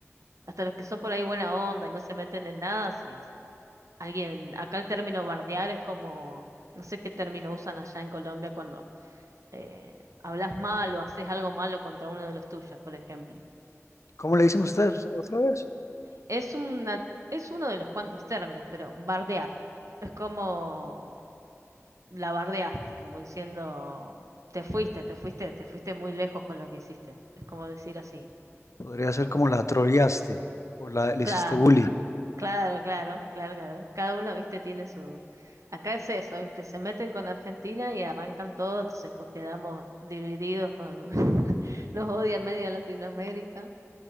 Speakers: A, on the right; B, on the left.
A: Hasta los que son por ahí buena onda y no se meten en nada, si alguien, acá el término bardear es como, no sé qué término usan allá en Colombia cuando eh, hablas mal o haces algo malo contra uno de los tuyos, por ejemplo.
B: ¿Cómo le dicen ustedes otra vez?
A: Es una, es uno de los cuantos términos, pero bardear es como la bardeaste, como diciendo, te fuiste, te fuiste, te fuiste muy lejos con lo que hiciste. Es como decir así.
B: Podría ser como la troleaste o la, le
A: Claro.
B: hiciste bullying.
A: Claro, claro, claro, claro. Cada uno, viste, tiene su... Acá es eso, viste, se meten con Argentina y arrancan todo, entonces pues quedamos divididos con... <laughs> Nos odia media Latinoamérica,